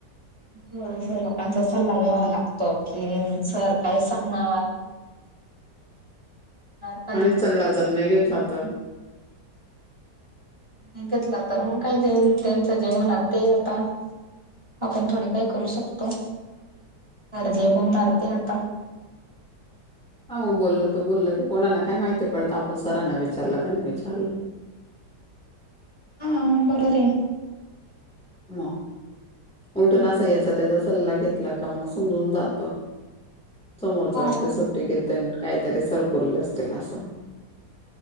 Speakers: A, on the right (about 15°); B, in the centre.
A: हो सर लोकांचा सल्ला घ्यावा लागतो, की सर काय सांगणार?
B: <inaudible>
A: न
B: आणि चलला जर नाही घेतला तर
A: नाही घेतला तर मग काय देऊ त्यांच जेवणार ते आता आपण थोडे काही करू शकतो. काय जे होणार ते आता
B: हा मग बोल्ल तर बोल्ल की, कोणाला काय माहिती पडतं? आपण सरांना विचारलं का? नाही विचारलं.
A: हा बरं रे
B: म उलटो ना याचा त्याचा सल्ला घेतला का मग समजून जात समोरचा
A: हो
B: व्यक्ती
A: बरोबर
B: सुट्टी घेत काहीतरी सर बोलले असतील असं